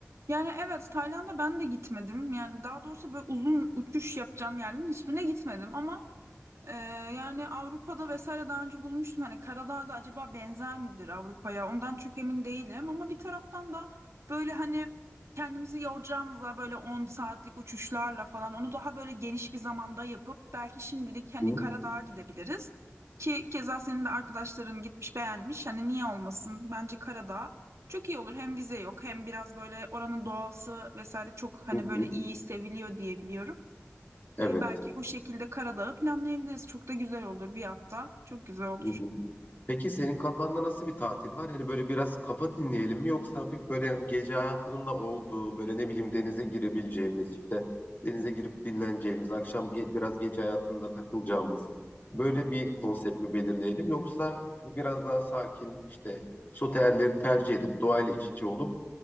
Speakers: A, on the right; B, on the left.
A: Yani evet Tayland'a ben de gitmedim. Yani daha doğrusu böyle uzun uçuş yapacağım yerlerin hiçbirine gitmedim ama Ee, yani Avrupa'da vesaire daha önce bulmuştum. Hani Karadağ'da acaba benzer midir Avrupa'ya? Ondan çok emin değilim. Ama bir taraftan da böyle hani kendimizi yoracağımızla böyle 10 saatlik uçuşlarla falan onu daha böyle geniş bir zamanda yapıp belki şimdilik hani
B: Hı
A: Karadağ'a gidebiliriz. Ki keza senin de arkadaşların gitmiş beğenmiş. Hani niye olmasın? Bence Karadağ çok iyi olur. Hem vize yok hem biraz böyle oranın doğası vesaire çok hani
B: hı.
A: böyle
B: hı.
A: iyi seviliyor diye biliyorum.
B: Evet.
A: Ee, belki o şekilde Karadağ'ı planlayabiliriz. Çok da güzel olur bir hafta. Çok güzel olur.
B: Hı hı. Peki senin kafanda nasıl bir tatil var? Hani böyle biraz kafa dinleyelim mi yoksa hafif böyle yani gece hayatının da olduğu böyle ne bileyim denize girebileceğimiz işte denize girip dinleneceğimiz akşam ge- biraz gece hayatında takılacağımız böyle bir konsept mi belirleyelim yoksa hani biraz daha sakin işte soterleri tercih edip doğayla iç içe olup